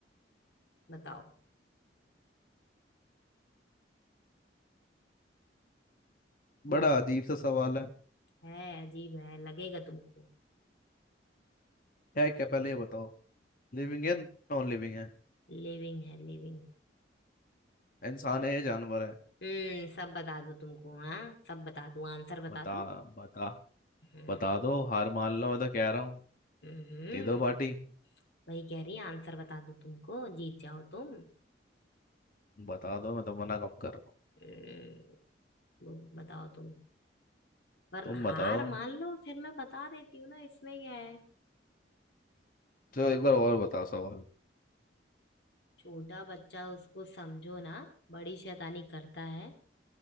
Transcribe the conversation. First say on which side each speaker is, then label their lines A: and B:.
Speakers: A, on the left; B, on the left.
A: बताओ बोलो
B: बड़ा अजीब सा सवाल है
A: है अजीब है लगेगा तुमको
B: है क्या पहले ये बताओ लिविंग है नॉन लिविंग है
A: लिविंग है लिविंग
B: इंसान है या जानवर है
A: हम्म सब बता दूं तुमको हाँ सब बता दूं आंसर बता
B: बता
A: दूं
B: बता
A: हम्म
B: बता दो हार मान लो मैं तो कह रहा हूँ
A: हम्म,
B: दे दो पार्टी
A: वही कह रही आंसर बता दूं तुमको जीत जाओ तुम
B: बता दो मैं तो मना कब करूँ
A: हम्म, वो बताओ तुम पर
B: तुम बताओ
A: हार मान लो फिर मैं बता देती हूँ ना इसमें क्या है
B: चलो एक बार और बताओ सवाल
A: छोटा बच्चा उसको समझो ना बड़ी शैतानी करता है